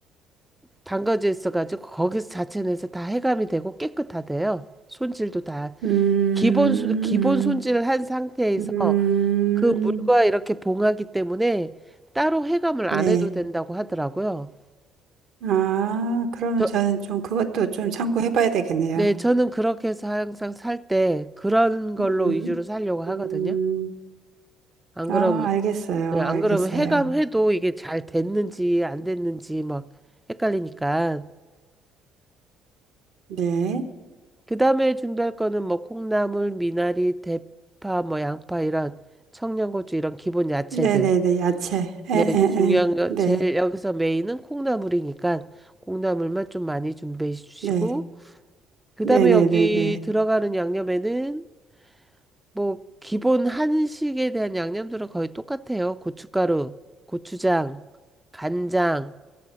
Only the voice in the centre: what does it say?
담가져 있어가지고 거기서 자체 내서 다 해감이 되고 깨끗하대요. 손질도 다
기본 손- 기본 손질을 한 상태에서
그 물과 이렇게 봉하기 때문에 따로 해감을
안 해도 된다고 하더라고요.
저,
네, 저는 그렇게 해서 항상 살 때 그런 걸로
위주로 살려고 하거든요.
안
그러면
네, 안
그러면 해감해도 이게 잘 됐는지 안 됐는지 막 헷갈리니까.
그 다음에 준비할 거는 뭐 콩나물, 미나리, 대파, 뭐 양파 이런 청양고추 이런 기본 야채들.
네,
중요한
거
제일 여기서 메인은 콩나물이니까 콩나물만 좀 많이 준비해 주시고
그
다음에 여기 들어가는 양념에는 뭐 기본 한식에 대한 양념들은 거의 똑같아요. 고춧가루, 고추장, 간장.